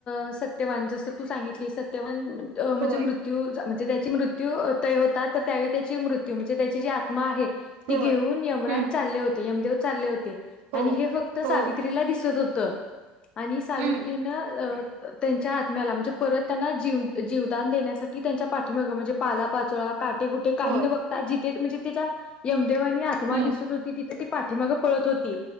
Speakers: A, on the left; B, on the right.
A: अ सत्यवान जस तू सांगितली सत्यवान अ म्हणजे
B: होय
A: मृत्य म्हणजे त्याच मृत्यू त होतात तर त्यावेळी त्याची मृत्यू म्हणजे त्याची जी आत्मा आहे.
B: होय.
A: ती घेऊन यमराज
B: हम्म
A: ले होते यमदेव चाले होते. ते,
B: हो
A: आणि हे फक्त
B: हो
A: सावित्रीला
B: हो
A: दिसत हो त. आणि सावित्रीन
B: हम्म
A: अ त्यांच्या आत्म्याला म्हणजे परत त्यांना जीव जीवदान देण्यासाठी त्यांच्या पाठीमागं म्हणजे पाला पाचोळा काटे कुटे काही
B: होय
A: न बघता जिथेे म्हणजे तीच्या यम देव आणि आत्मा
B: हम्म
A: दिसत हो ती पाठीमाग पळत होती.